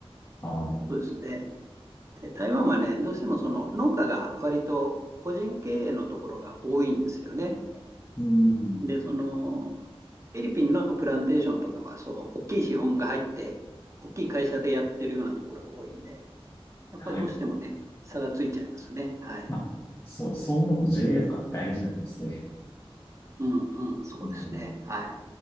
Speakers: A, on the left; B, on the right.
A: ああ、
B: そうですね。で台湾はね、どうしてもその農家が割と個人経営のところが多いんですよね。
A: うん。
B: で、その、フィリピンのプランテーションとかは、そう、大きい資本が入って、大きい会社でやってるようなところが多いんで、やっぱりどうしてもね、
A: はい。
B: 差がついちゃいますね。はい。
A: まあ、そう、そう思うと JA とか大事なんですね。
B: うんうん、そうですね。
A: うん
B: はい。